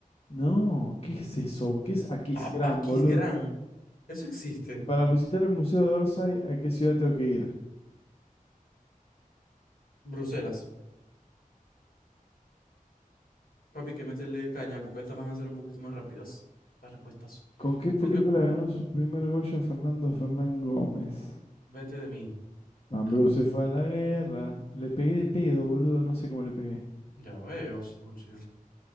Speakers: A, on the left; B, on the left.
A: No, ¿qué es eso? ¿Qué es Aquisgrán,
B: A Aquisgrán.
A: boludo?
B: Eso existe.
A: Para visitar el Museo de Orsay, ¿a qué ciudad tengo que ir?
B: Bruselas. Papi, que métele caña porque estas van a ser un poquito más rápidas. Las respuestas.
A: ¿Con qué película
B: Con que
A: ganó su primer Goya Fernando Fernán Gómez?
B: vete de mí.
A: Mambrú
B: No.
A: se fue a la guerra. Le pegué de pedo, boludo. No sé cómo le pegué.
B: Ya veo, Suchi.